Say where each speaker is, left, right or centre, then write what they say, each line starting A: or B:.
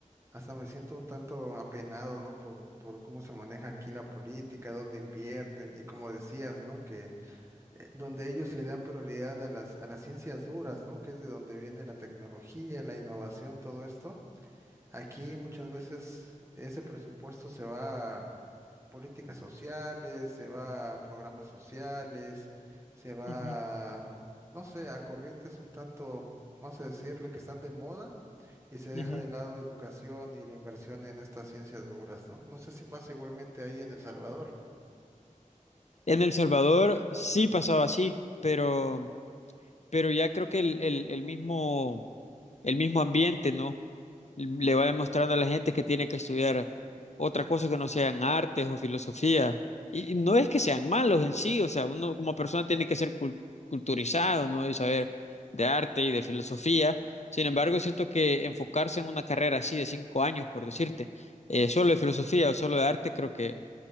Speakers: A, on the right; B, on the left.
A: hasta me siento un tanto apenado, ¿no? Por, por cómo se maneja aquí la política, dónde invierten, y como decías, ¿no? Que eh, donde ellos le dan prioridad a las, a las ciencias duras, ¿no? Que es de donde viene la tecnología, la innovación, todo esto Aquí muchas veces ese presupuesto se va a políticas sociales, se va a programas sociales, se va,
B: Ujú,
A: a, no sé, a corrientes un tanto, vamos a decirle, que están de moda y se deja
B: ujú.
A: de lado educación y la inversión en estas ciencias duras, ¿no? No sé si pasa igualmente ahí en El Salvador.
B: En El Salvador sí pasaba así, pero, pero ya creo que el, el- el mismo, el mismo ambiente, ¿no? le va demostrando a la gente que tiene que estudiar otra cosa que no sean artes o filosofía. Y y no es que sean malos en sí, o sea, uno como persona tiene que ser cul- culturizado, ¿no? Y saber de arte y de filosofía. Sin embargo, siento que enfocarse en una carrera así de cinco años, por decirte, eh, solo de filosofía o solo de arte, creo que